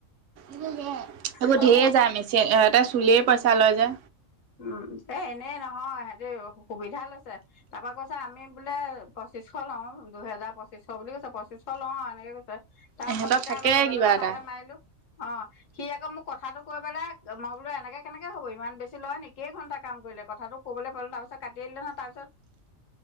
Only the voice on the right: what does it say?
এইবোৰ
ঢেৰ
যায় মেচি সিহঁতে চুলেই পইচা লয় যে,
ইহঁতৰ
থাকে
কিবা
এটা।